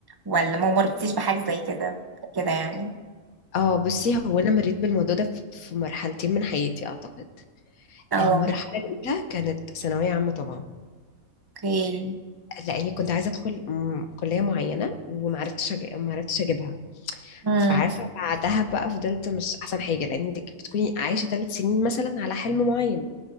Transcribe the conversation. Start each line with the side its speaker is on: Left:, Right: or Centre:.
Right: ولا ما مرتيش بحاجة زي كده كده يعني
Left: اه بصي هو انا مريت بالموضوع ده في في مرحلتين من حياتي اعتقد
Right: اه
Left: المرحلة الاولى كانت ثانوية عامة طبعا
Right: اوكي
Left: لاني كنت عايزة ادخل م- كلية معينة ومعرفتش أج... معرفتش اجيبها
Right: امم
Left: فعارفة بعدها بقى فضلت مش احسن حاجة لان انتك بتكوني عايشة ثلاث سنين مثلا على حلم معين